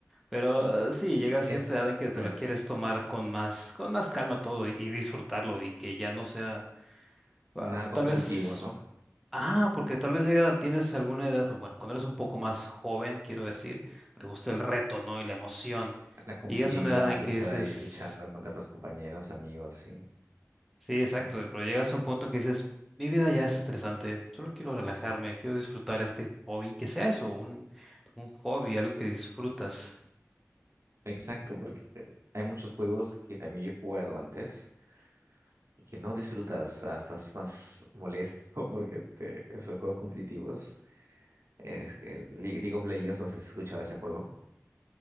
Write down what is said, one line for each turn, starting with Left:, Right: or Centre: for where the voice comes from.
Centre: Pero eh, sí, llega a cierta
Right: Es,
Centre: edad en que
Right: es
Centre: te lo quieres tomar con más, con más calma todo y, y disfrutarlo y que ya no sea, ah,
Right: nada competitivo,
Centre: tal vez,
Right: ¿no?
Centre: ah, porque tal vez llega, tienes alguna edad, o bueno, cuando eres un poco más joven, quiero decir, te gusta el reto, ¿no? Y la emoción.
Right: La competitividad,
Centre: Y llegas a una edad en
Right: estar
Centre: que ese
Right: ahí
Centre: es...
Right: luchando contra los compañeros, amigos, sí.
Centre: Sí, exacto,
Right: Claro, claro.
Centre: pero llegas a un punto que dices, mi vida ya es estresante, solo quiero relajarme, quiero disfrutar este hobby, que sea eso, un, un hobby, algo que disfrutas.
Right: Exacto, porque hay muchos juegos que también yo he jugado antes y que no disfrutas, ah, estás más molesto <laughs> porque te- esos juegos competitivos, es que el Le- League of Legends, no sé si has escuchado ese juego,